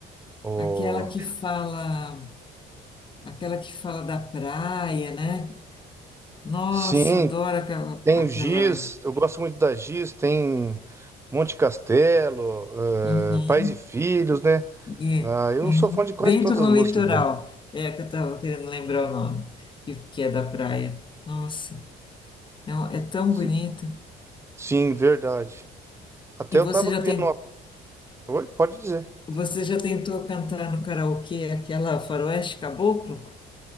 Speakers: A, on the right (about 15°); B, on the left (about 30°).
A: Oh,
B: Aquela que fala, aquela que fala da praia, né? Nossa,
A: sim,
B: adoro aquela,
A: Tem
B: aquela.
A: o Giz, eu gosto muito da Giz, tem Monte Castelo,
B: Uhum,
A: eh, Pais e Filhos, né?
B: e-
A: Ah, eu
B: uhum.
A: sou fã de quase
B: Vento
A: todas
B: no
A: as músicas
B: litoral.
A: dele.
B: É a que eu estava querendo lembrar o nome, que, que é da praia. Nossa, é, um- é tão
A: Sim,
B: bonita.
A: Sim, verdade. Até
B: E você
A: eu tava
B: já
A: criando
B: tem,
A: uma. Oi, pode dizer.
B: você já tentou cantar no karaokê aquela Faroeste Caboclo?